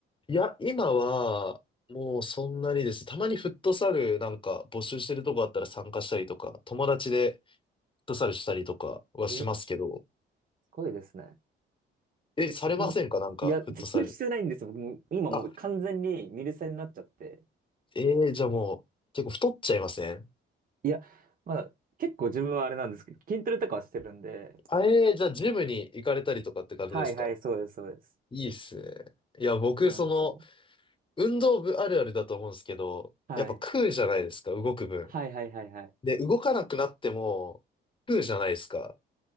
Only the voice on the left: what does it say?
いや、今は、もうそんなにです。たまにフットサルなんか募集してるとこあったら参加したりとか、友達でフットサルしたりとかはしますけど、
え、されませんかなんか、
フットサル。
あ、えー、じゃあもう、結構太っちゃいません
あ、えー、じゃあジムに行かれたりとかって感じですか
いいっすね。いや、僕、
その、運動部あるあるだと思うんですけど、
やっぱ食うじゃないですか、動く分。
で、動かなくなっても、食うじゃないですか。